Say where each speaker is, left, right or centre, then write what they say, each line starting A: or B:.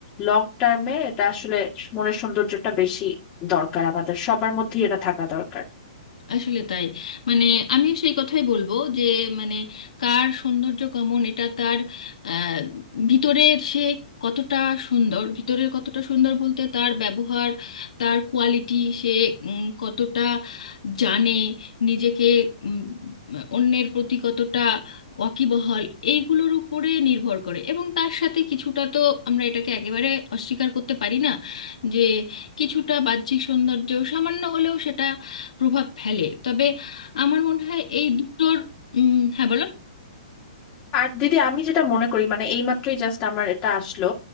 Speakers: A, on the left; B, on the left.
A: লং টার্মে এটা আসলে মনের সৌন্দর্যটা বেশি দরকার আমাদের সবার মধ্যেই এটা থাকা দরকার
B: আসলে তাই মানে আমিও সেই কথাই বলবো যে মানে কার সৌন্দর্য কেমন এটা তার আহ, ভিতরের সে কতটা সুন্দর ভিতরের কতটা সুন্দর বলতে তার ব্যবহার তার কোয়ালিটি সে উম, কতটা জানে নিজেকে উম, অন্যের প্রতি কতটা ওয়াকিবহাল এইগুলোর উপরে নির্ভর করে এবং তার সাথে কিছুটা তো আমরা এটাকে একেবারে অস্বীকার করতে পারি না যে কিছুটা বাহ্যিক সৌন্দর্য সামান্য হলেও সেটা প্রভাব ফেলে তবে আমার মনে হয় এই দুটোর উম, হ্যাঁ বলো
A: আর দিদি আমি যেটা মনে করি মানে এইমাত্রই জাস্ট আমার এটা আসলো